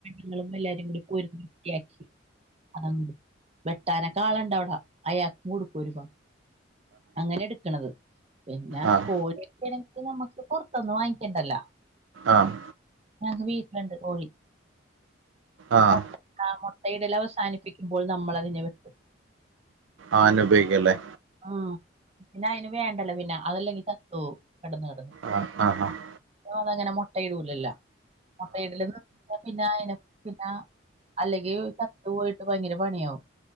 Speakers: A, on the right; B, on the right.
A: ങ്ങളും എല്ലാരും കൂടി പോയിരുന്ന് വൃത്തിയാക്കി അതങ്ങ്ട് വെട്ടാനൊക്കെ ആള്ണ്ടവിടെ അയാൾക്ക് കൊടുക്കും ഒരു അങ്ങനെ എടുക്കണത്. പിന്നെ
B: ആഹ്
A: കോഴിക്കണെങ്കി നമ്മുക്ക് പുറത്തൊന്നും വാങ്ങിക്കണ്ടല്ല.
B: ആഹ്.
A: ഞങ്ങക്ക് വീട്ടില്ണ്ട് കോഴി.
B: ആഹ്
A: മൊട്ട ആ മൊട്ടയിടൽ അവസാനിപ്പിക്കുമ്പോൾ നമ്മൾ അതിനെ വെട്ടും
B: ആഹ് ഉപയോഗിക്കല്ലേ.
A: ഉം പിന്നെ അയിനെ വേണ്ടല്ലേ പിന്നെ അതല്ലെങ്കി ചത്തോവും കെടന്ന് കിടന്ന്
B: ആഹ് ആഹ് ആഹ്
A: അതങ്ങനെ മുട്ടയിടൂലല്ലോ മുട്ടയിട പിന്നെ അയി പിന്ന അല്ലെങ്കി ചത്ത് പോയിട്ട് ഭയങ്കര പണിയാവും.